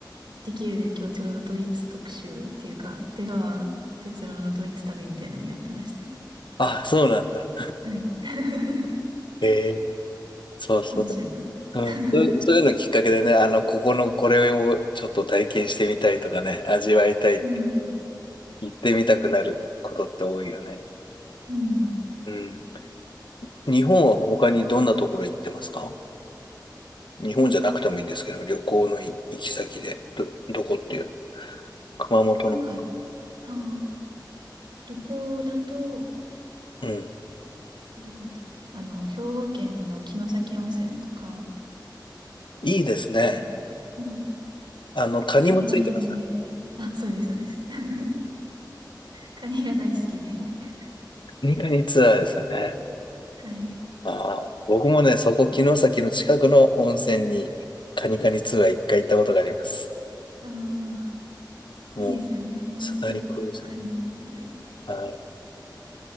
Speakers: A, on the right (about 85°); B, on the left (about 80°).
A: イッテ Q で今日ちょうどドイツ特集っていうか、出川哲朗のドイツ旅みたいなのやってましたよ。
B: あ、そうなんだ。
A: はい。<laughs>
B: ええそうそう。
A: 面白かった。
B: うん、
A: <laughs>
B: そういうそういうのきっかけでね、あの、ここのこれをちょっと体験してみたいとかね、味わいたい
A: うん。
B: 行ってみたくなることって多いよね。
A: うん。
B: うん。日本は他にどんなところ行ってますか日本じゃなくてもいいんですけど、
A: うん
B: 旅行の行き先で、ど、どこっていうの熊本の。
A: なんか、ああ、旅行だと、
B: うん。
A: どこやったかな。あの、兵庫県の城崎温泉とか、
B: いいですね。
A: あと、うん、
B: あの、カニもついてました。
A: カニが有名で。あ、そうです、そうです。<laughs> カニが大好きで。<laughs>
B: カニカニツアーですよね。
A: はい。
B: ああ、僕もね、そこ、城崎の近くの温泉に、カニカニツアー一回行ったことがあります。
A: ああ、
B: もう、
A: いいですよね。温泉とカニっていう。
B: 最高ですね。はい。